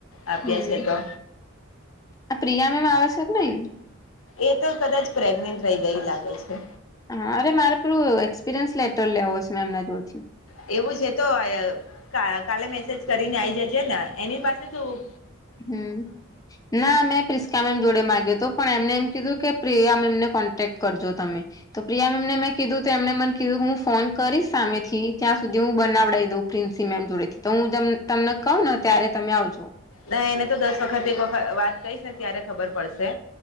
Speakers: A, on the left; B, on the left.
A: આપ્યા
B: હમ
A: છે તો
B: આ પ્રિયા મેમ આવે છે કે નઈ?
A: એ તો કદાચ પ્રેગ્નેન્ટ રઈ ગઈ લાગે છે.
B: હા અરે મારે પેલું-લું એક્સપિરિયન્સ લેટર લેવો છ મેમના જોડથી
A: એવું છે તો અય કાલ કાલે મેસેજ કરીને આઈ જજે ને એની પાસે શું
B: હમ્મ. ના મેં પ્રિસ્કા મેમ જોડે માગ્યો તો પણ એમને એમ કીધું કે પ્રિયા મેમને કોન્ટેક કરજો તમે તો પ્રિયા મેમને મેં કીધું તો એમને મન કીધું હું ફોન કરીશ સામેથી ત્યાં સુધી હું બનાવડાઈ દઉં પ્રિન્સી મેમ જોડે થી તો હું તમ તમને કઉંને ત્યારે તમે આવજો.
A: ના એને તો દસ વખત એક વખત વાત કહીશને ત્યારે ખબર પડશે